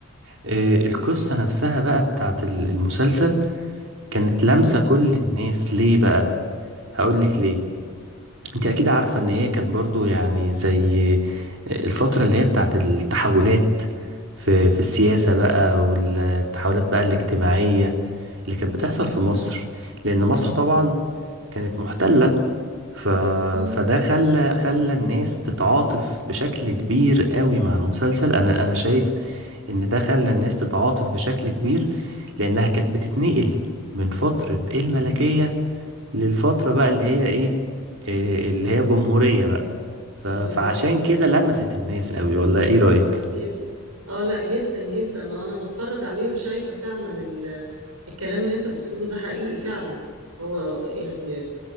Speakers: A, on the right; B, on the right.
A: إيه القصة نفسها بقى بتاعت ال- المسلسل كانت
B: مم.
A: لامسة كل الناس ليه بقى هقول لك
B: مم.
A: ليه
B: مم.
A: انت اكيد عارفة ان هي كانت برضو يعني زي الفترة اللي هي بتاعت التحولات في في السياسة بقى والتحولات بقى الاجتماعية اللي كانت بتحصل في مصر لان مصر
B: اه بالظبط
A: طبعا كانت محتلة ف...
B: مم.
A: فده خلى خلى الناس تتعاطف بشكل كبير قوي مع المسلسل انا انا شايف ان ده خلى الناس تتعاطف بشكل كبير لانها كانت بتتنقل من فترة الملكية للفترة بقى اللي هي ايه إيه اللي هي جمهورية بقى ف... فعشان
B: بالظبط
A: كده
B: بالظبط
A: لمست الناس قوي ولا ايه رأيك
B: اه جدا اه لا جدا جدا ما انا بتفرج عليه وشايفه فعلا ال... الكلام اللي انت بتقوله ده حقيقي فعلا هو يعني